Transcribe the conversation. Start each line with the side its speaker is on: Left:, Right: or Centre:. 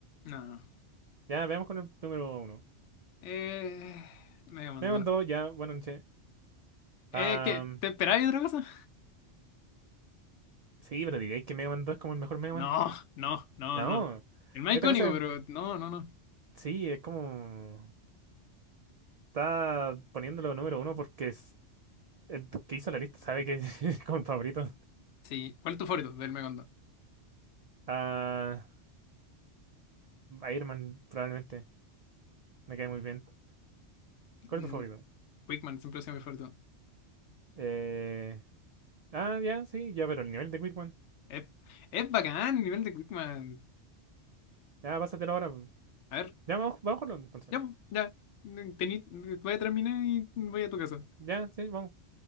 Left: No, no.
Right: ya veamos con el número uno
Left: Eh... Mega Man
Right: Mega Man 2, ya, buena noche.
Left: Eh,
Right: Am,
Left: ¿qué? ¿Te esperabas otra cosa?
Right: sí, pero diréis que Mega Man 2 es como el mejor Mega
Left: No,
Right: Man.
Left: no, no,
Right: No,
Left: no. El más
Right: esta
Left: icónico,
Right: cosa es-
Left: pero no, no, no.
Right: sí, es como está poniéndolo número uno porque es el que hizo la lista sabe que <laughs> es como favorito.
Left: Sí, ¿cuál es tu favorito del Megondo?
Right: Ah, Iron Man probablemente, me cae muy bien. ¿Cuál
Left: Mm,
Right: es tu favorito?
Left: Quickman siempre ha sido mi favorito.
Right: Eh, ah, ya, sí, ya, pero el nivel de Quick
Left: Es, es bacán el nivel de Quickman.
Right: Ya, pásatelo ahora.
Left: A ver,
Right: Ya, vamos, vamos a jugarlo entonces.
Left: ya, po, ya. Tení- voy a terminar y voy a tu casa.
Right: Ya, sí, vamos.